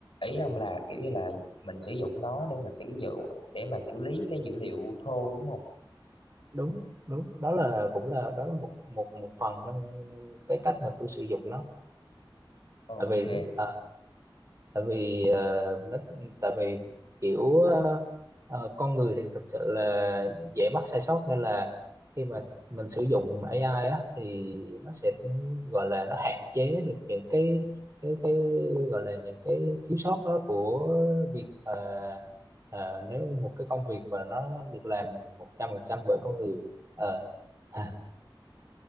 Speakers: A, on the left (about 80°); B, on the right (about 35°).
A: ý ông là kiểu như là mình sử dụng nó để mà sử dụng để mà xử lý cái dữ liệu thô đúng không
B: đúng đúng đó là cũng là đó là một một một phần trong cái cách mà tôi sử dụng nó
A: ok
B: tại vì ờ, tại vì ờ, nó tại vì kiểu ờ, ờ, con người thì thực sự là dễ mắc sai sót nên là khi mà mình sử dụng AI á thì nó sẽ gọi là nó hạn chế được những cái cái cái gọi là những cái thiếu sót đó của việc mà ờ, nếu một cái công việc mà nó được làm một trăm phần trăm bởi con người Ờ. à,